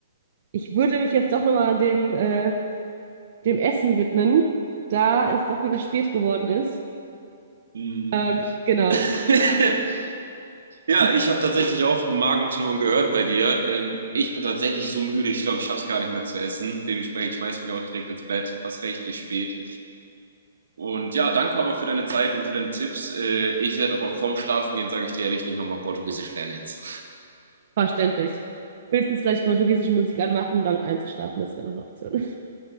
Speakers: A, on the right (about 55°); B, on the right (about 80°).
A: ich würde mich jetzt doch nochmal dem, äh, dem Essen widmen, da es doch wieder spät geworden ist.
B: Mhm.
A: Ähm,
B: <laughs>
A: genau,
B: Ja,
A: ich
B: ich habe tatsächlich auch Magenknurren gehört bei dir. Ähm, ich bin tatsächlich so müde, ich glaube, ich schaff's gar nicht mehr zu essen. Dementsprechend ich schmeiß mich auch direkt ins Bett. Hast recht, ist spät. Und ja, danke aber für deine Zeit und für deine Tipps. Äh, ich werde aber vorm Schlafen gehen, sage ich dir ehrlich, nicht nochmal Portugiesisch lernen jetzt.
A: verständlich. Höchstens vielleicht portugiesische Musik anmachen, um damit einzuschlafen, das wäre noch eine Option.